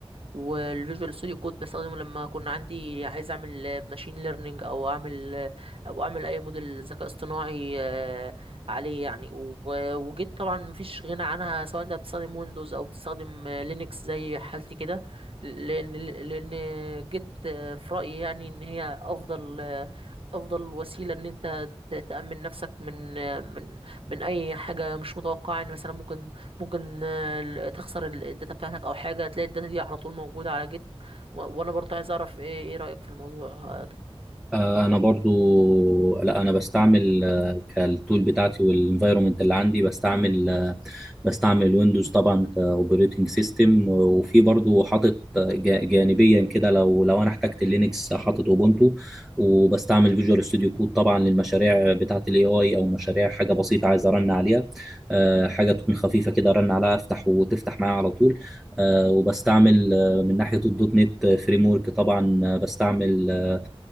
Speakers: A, on the right; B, in the centre.
A: والفيجوال ستوديو كود بستخدمه لما كنا عندي عايز اعمل ماشين ليرنينج او اعمل او اعمل اي موديل ذكاء اصطناعي آه، عليه يعني و- وجيت طبعا مفيش غنى عنها سواء انت بتستخدم ويندوز او بتستخدم لينكس زي حالتي كده لان لان جيت آه، في رايي يعني ان هي افضل آه، افضل وسيله ان انت ت- تامن نفسك من آه، من من اي حاجه مش متوقعه يعني مثلا ممكن ممكن آه، ال- تخسر ال- الداتا بتاعتك او حاجه تلاقي الداتا دي على طول موجوده على جيت و- وانا برضه عايز اعرف ايه ايه رايك في الموضوع ده
B: آه، انا برضو لا انا بستعمل آه، كالتول بتاعتي والانفايرومنت اللي عندي بستعمل آه، بستعمل ويندوز طبعا كاوبريتنج سيستم وفي برضو حاطط آه، جا- جانبيا كده لو لو انا احتجت لينكس حاطط اوبونتو وبستعمل فيجوال ستوديو كود طبعا للمشاريع بتاعه الاي اي او مشاريع حاجه بسيطه عايز ارن عليها آه، حاجه تكون خفيفه كده ارن عليها افتح وتفتح معايا على طول آه، وبستعمل آه، من ناحيه الدوت نت فريم ورك طبعا آه، بستعمل آه،